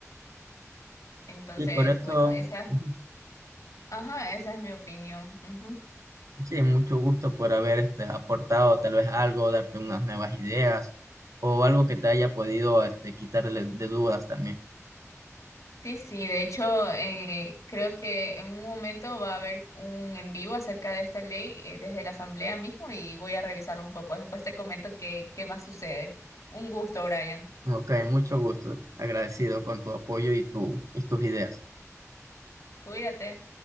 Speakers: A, on the left; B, on the right.
A: Entonces,
B: Sí, por eso...
A: bueno, esa,
B: ujú.
A: ajá, esa es mi opinión. Ujú.
B: Sí, mucho gusto por haber este, aportado tal vez algo, darte unas nuevas ideas o algo que te haya podido este, quitar de, de dudas también.
A: Sí, sí, de hecho, eh, creo que en un momento va a haber un en vivo acerca de esta ley eh, desde la Asamblea mismo y voy a revisarlo un poco. Después te comento qué, qué más sucede. Un gusto, Brian.
B: Ok, mucho gusto. Agradecido con tu apoyo y, tu, y tus ideas.
A: Cuídate.